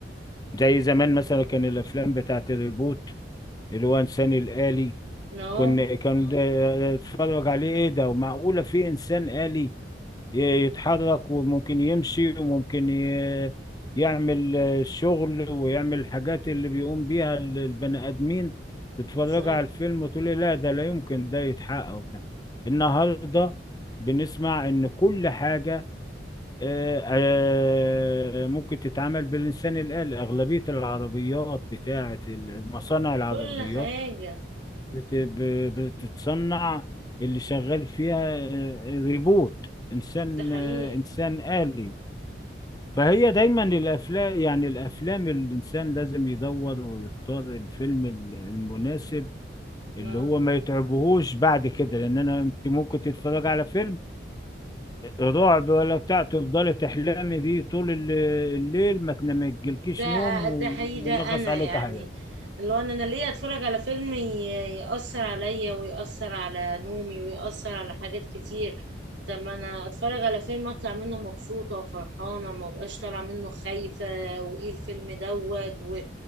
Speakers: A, on the left; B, on the right.
A: زي زمان مثلا كان الافلام بتاعت الريبوت اللي هو انسان الآلي
B: اه
A: كنا كان ده- اتفرج عليه ايه ده ومعقوله في انسان آلي ي- يتحرك وممكن يمشي وممكن ي- يعمل الشغل ويعمل الحاجات اللي بيقوم بيها ال- البني آدمين تتفرج
B: صح
A: على الفيلم وتقولي لا ده لا يمكن ده يتحقق وبتاع النهارده بنسمع إن كل حاجة آه، آه، ممكن تتعمل بالإنسان الآلي أغلبية العربيات بتاعة ال- مصانع العربيات
B: كل حاجة
A: بت- ب- بتتصنع اللي شغال فيها آه، ريبوت انسان
B: ده حقيقي
A: آه، انسان آلي فهي دايما الافلام يعني الافلام الانسان لازم يدور ويختار الفيلم ال- المناسب اللي
B: اه
A: هو ما يتعبهوش بعد كده لان انا انت ممكن تتفرج على فيلم رعب ولا بتاع تفضلي تحلمي بيه طول ال- الليل ما تنام ما يجيلكيش
B: ده
A: نوم
B: ده حقيقي ده
A: وينغص
B: انا
A: عليك
B: يعني
A: حاجه
B: لو انا انا ليه اتفرج على فيلم ي- يأثر عليا ويأثر على نومي ويأثر على حاجات كتير طب ما انا اتفرج على فيلم اطلع منه مبسوطة وفرحانة ما بقاش طالعة منه خايفة وايه الفيلم دوت و-